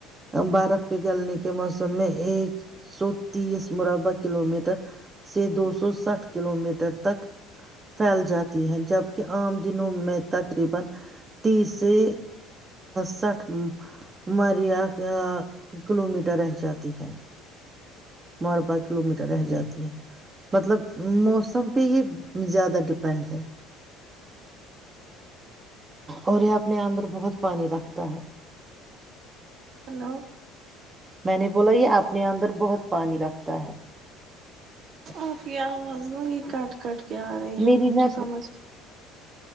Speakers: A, on the right; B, on the right.
A: برف پ گلنے کے موسم میں ایک سو تیس مربع کلو میٹر سے دو سو ساٹھ کلو میٹر تک پھیل جاتی ہے جبک عام دنوں میں تک تقریبا تیس سے سٹھ مرییا کلو میٹر رہ جاتی ہے ماربا کلو میٹر رہ جاتی ہے مطلب موسم پہ ہی زیادہ ڈپینڈ ہے اور یہ اپنے اندر بہت پانی رکھتا ہے
B: ہلو
A: میں نے بولا یہ اپنے اندر بہت پانی رکھتا ہے
B: آف یہ آواز ن یہ کٹ کٹ کیا آ رہی
A: میری
B: ہم مجھے
A: نیٹ
B: سمجھ